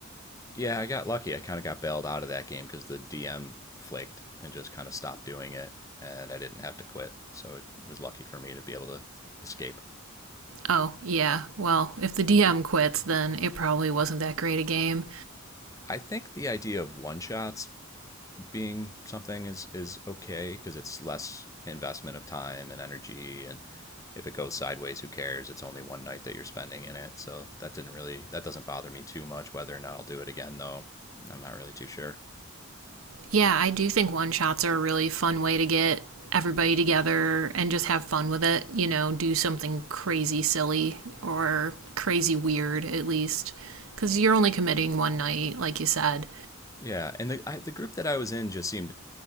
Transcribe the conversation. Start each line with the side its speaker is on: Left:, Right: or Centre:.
Left: Yeah, I got lucky. I kind of got bailed out of that game because the DM flaked and just kind of stopped doing it, and I didn't have to quit. So it was lucky for me to be able to escape.
Right: Oh, yeah. Well, if the DM quits, then it probably wasn't that great a game.
Left: I think the idea of one shots being something is is okay because it's less investment of time and energy and if it goes sideways who cares it's only one night that you're spending in it so that didn't really that doesn't bother me too much whether or not I'll do it again though I'm not really too sure
Right: Yeah, I do think one shots are a really fun way to get everybody together and just have fun with it. You know, do something crazy silly or crazy weird, at least. Because you're only committing one night, like you said.
Left: yeah and the I, the group that I was in just seemed